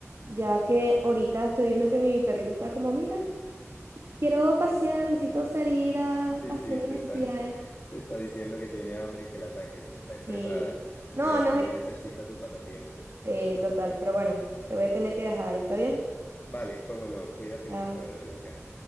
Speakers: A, on the right; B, on the left.
A: ya que ahorita estoy viendo que mi perrito está como, mira, quiero pasear, necesito salir a
B: Sí,
A: a hacer
B: sí,
A: mis
B: te
A: necesidades.
B: está, <laughs> te está diciendo que tiene hambre y que la saques, está estresada.
A: Sí. No,
B: Ella
A: no
B: también
A: es...
B: necesita su pasatiempo.
A: Sí, total. Pero bueno, te voy a tener que dejar. ¿Está bien?
B: Vale, cómo no, cuídate
A: Chao.
B: mucho, Verónica.